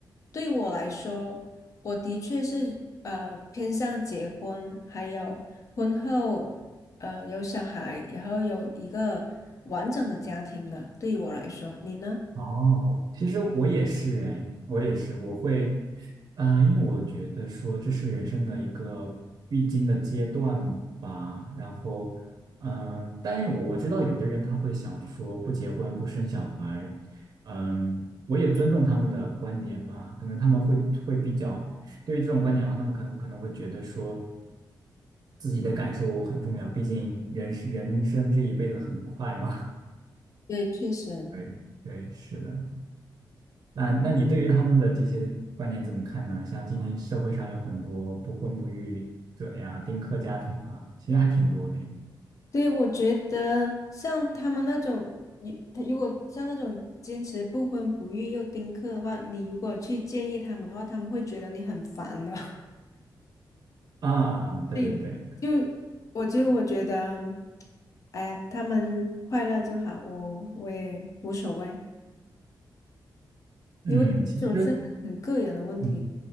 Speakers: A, on the left (about 45°); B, on the right (about 55°).
A: 对我来说，我的确是呃偏向结婚，还有婚后呃有小孩，然后有一个完整的家庭的。对于我来说，你呢？
B: 哦，其实我也是哎，我也是，我会，嗯、因为我觉得说这是人生的一个必经的阶段吧。然后，嗯、但是我我知道有的人他会想说不结婚不生小孩，嗯，我也尊重他们的观点吧。可能他们会会比较对于这种观点的话，他们可能可能会觉得说自己的感受很重要，毕竟人是人生这一辈子很快嘛。
A: 对，确实，
B: <laughs> 对对，是的。那那你对于他们的这些观点怎么看呢？像今嗯天社会上有很多不婚不育者呀、丁克家庭啊，其实还挺多的
A: 对，我觉得像他们那种，你他如果像那种坚持不婚不育又丁克的话，你如果去建议他们的话，他们会觉得你很烦的。<laughs>
B: 啊啊啊！对对对，
A: 对，就我就我觉得，哎呀，他们快乐就好，我我也无所谓，
B: 嗯，
A: 因为这种是很很个人的问题。
B: 其实。嗯。